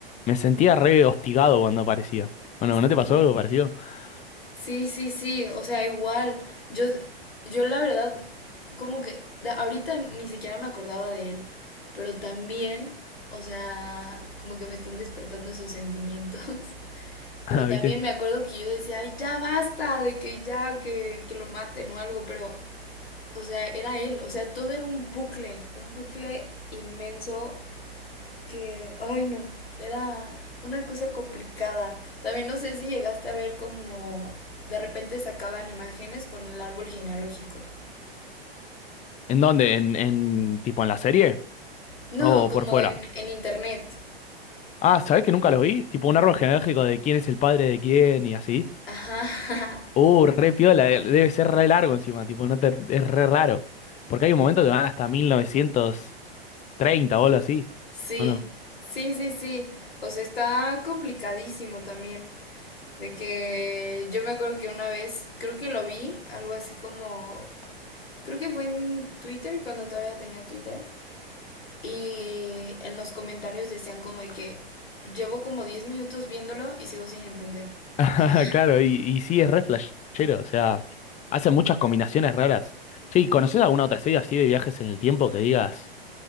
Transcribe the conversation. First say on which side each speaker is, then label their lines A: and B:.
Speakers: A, on the left; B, on the left.
A: me sentía re hostigado cuando aparecía. Bueno, ¿no te
B: Sí.
A: pasó algo parecido? <laughs>
B: Sí, sí, sí, o sea, igual, yo, yo la verdad, como que da- ahorita ni siquiera me acordaba de él, pero también, o sea, como que me están despertando esos sentimientos, <laughs> pero
A: Ah,
B: también
A: ¿viste?
B: me acuerdo que yo decía, ay, ya basta, de que ya, que, que lo maten o algo, pero, o sea, era él, o sea, todo era un bucle, un bucle inmenso que, ay no, era una cosa complicada. También no sé si llegaste a ver como de repente sacaban imágenes con el árbol genealógico.
A: ¿En dónde? ¿En, en tipo en la serie?
B: No,
A: ¿O
B: como
A: por fuera?
B: en, en internet.
A: Ah, ¿sabés que nunca los vi? Tipo un árbol genealógico de quién es el padre de quién y así.
B: Ajá,
A: Uh, re piola, de- debe ser re largo encima, tipo, no te, es re raro. Porque hay un momento que van hasta mil novecientos treinta o algo así,
B: <laughs> sí,
A: ¿o no?
B: sí, sí, sí. O sea, está complicadísimo también. De que yo me acuerdo que una vez, creo que lo vi, algo así como, creo que fue en Twitter, cuando todavía tenía Twitter, Y en los comentarios decían como de que llevo como 10 minutos viéndolo y sigo sin entender.
A: <laughs>
B: O sea,
A: Claro, y, y sí, es re flashero, o sea, hacen muchas combinaciones raras. Che, ¿y ¿conoces alguna otra serie así de viajes en el tiempo que digas,